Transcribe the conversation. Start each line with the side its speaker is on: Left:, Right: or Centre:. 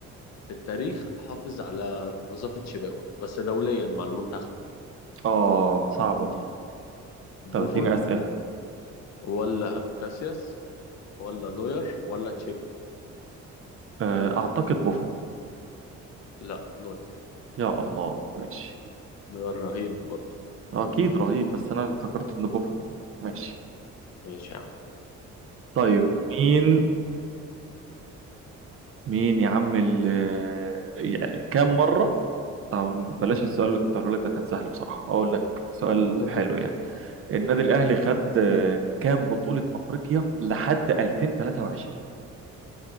Left: في التاريخ حافظ على نظافة شباكه بس دوليا مع المنتخب
Right: اه صعبة دي طب
Left: بوفون
Right: اديني أسئلة
Left: ولا كاسياس ولا نوير ولا تشيك
Right: آه، أعتقد بوفون
Left: لا نوير
Right: يا الله ماشي
Left: نوير رهيب برضه
Right: آه، أكيد رهيب بس أنا افتكرت إن بوفون يعني ماشي
Left: ماشي يا عم
Right: طيب مين مين يا عم ال يعني كام مرة طب بلاش السؤال اللي كنت هقوله لك ده كان سهل بصراحة أقول لك سؤال
Left: <laughs>
Right: حلو يعني النادي الأهلي خد آه، كام بطولة أفريقيا لحد 2023